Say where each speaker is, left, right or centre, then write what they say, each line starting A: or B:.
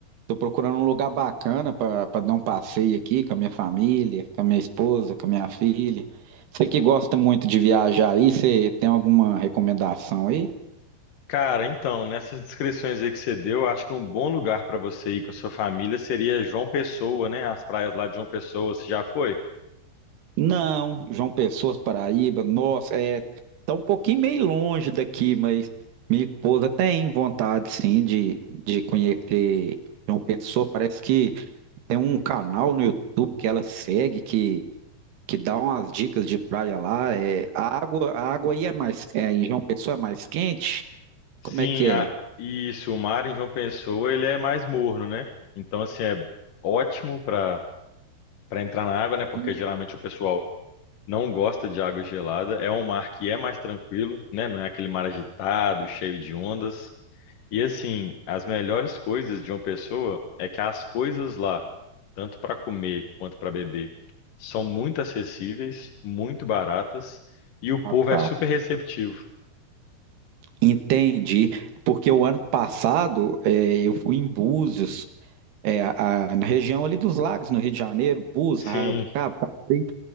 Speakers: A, on the right; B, on the left.
A: tô procurando um lugar bacana pra pra dar um passeio aqui com a minha família, com a minha esposa, com a minha filha. Você que gosta muito de viajar aí, você tem alguma recomendação aí?
B: cara, então, nessas descrições aí que você deu, acho que um bom lugar pra você ir com a sua família seria João Pessoa, né? As praias lá de João Pessoa, você já foi?
A: Não, João Pessoa, Paraíba, nossa, é, tá um pouquinho meio longe daqui, mas minha esposa tem vontade, sim, de, de conhecer João Pessoa. Parece que tem um canal no YouTube que ela segue, que, que dá umas dicas de praia lá. É, a água, a água aí é mais, é, em João Pessoa é mais quente?
B: Sim,
A: Como é que é?
B: a- isso, o mar em João Pessoa, ele é mais morno, né? Então, assim, é ótimo pra para entrar na água, né? Porque
A: Hum,
B: geralmente o pessoal não gosta de água gelada. É um mar que é mais tranquilo, né? Não é aquele mar agitado, cheio de ondas. E assim, as melhores coisas de uma pessoa é que as coisas lá, tanto para comer quanto para beber, são muito acessíveis, muito baratas e o povo
A: Ah, tá.
B: é super receptivo.
A: Entendi, porque o ano passado, é, eu fui em Búzios, É, a- a- na região ali dos lagos, no Rio de Janeiro, Búzios,
B: Sim,
A: Arraial do Cabo, Cacém.